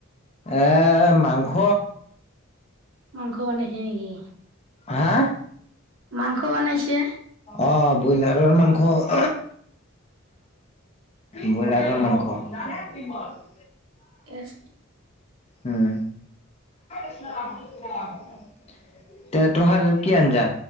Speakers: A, on the left; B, on the right.
A: এ মাংস
B: মাংস বনাইছে নেকি?
A: হা?
B: মাংস বনাইছে?
A: অ ব্ৰইলাৰৰ মাংস। ব্ৰইলাৰৰ
B: অ
A: মাংস
B: এছ
A: উম। <unintelligible> তে তোহাৰ কি আঞ্জা